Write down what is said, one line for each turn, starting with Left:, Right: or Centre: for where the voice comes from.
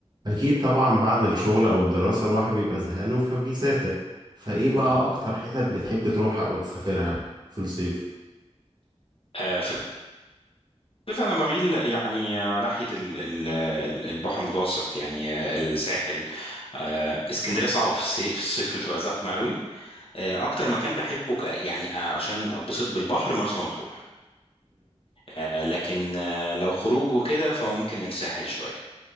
Right: اكيد طبعا بعد الشغل او الدراسة الواحد بيبقى زهقان فبيسافر فايه بقى
Left: بالظبط
Right: اكتر حتت بتحب تروحها او تسافرها في الصيف
Left: آه، في الصيف انا بميل يعني آه، ناحيه ال- ال- ال- البحر المتوسط يعني آه، الساحل آه، اسكندريه صعبه في الصيف في الصيف بتبقى زحمه قوي آه، اكتر مكان بحبه ك- يعني آه، عشان اتبسط بالبحر مرسى مطروح آه، لكن آه، لو خروج وكده فممكن الساحل شويه